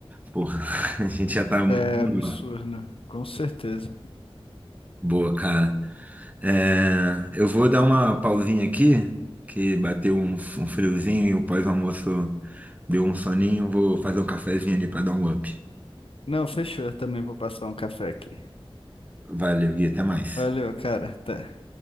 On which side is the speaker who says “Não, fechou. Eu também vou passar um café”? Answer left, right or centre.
Left